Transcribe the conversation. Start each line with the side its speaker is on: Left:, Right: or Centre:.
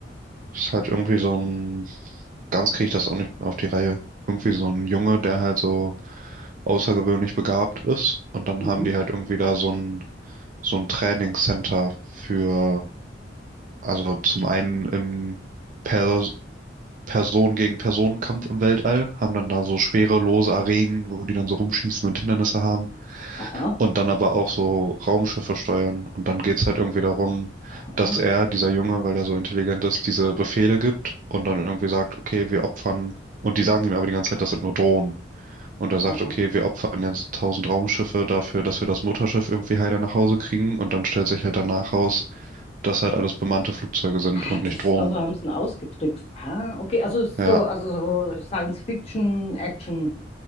Right: Ist halt irgendwie so ein, ganz kriege ich das auch nicht mehr auf die Reihe. Irgendwie so ein Junge, der halt so außergewöhnlich begabt ist. Und dann
Left: Mhm.
Right: haben die halt irgendwie da so ein, so ein Trainingscenter für, also zum einen im Per Person gegen Personenkampf im Weltall, haben dann da so schwere, lose Arenen, wo die dann so rumschießen und Hindernisse haben.
Left: Aha,
Right: Und dann aber auch so Raumschiffe steuern. Und dann geht's halt irgendwie darum,
Left: aha,
Right: dass er, dieser Junge, weil er so intelligent ist, diese Befehle gibt und dann irgendwie sagt, okay, wir opfern. Und die sagen ihm aber die ganze Zeit, das sind nur Drohnen. Und er sagt,
Left: aha.
Right: okay, wir opfern jetzt tausend Raumschiffe dafür, dass wir das Mutterschiff irgendwie heiler nach Hause kriegen. Und dann stellt sich halt danach raus, dass halt alles bemannte Flugzeuge sind
Left: Ah,
Right: und nicht
Left: das,
Right: Drohnen.
Left: also haben sie ihn ausgetrickst. Ah, okay, also es ist
Right: Ja.
Left: so, also so Science-Fiction-Action-Geschichte.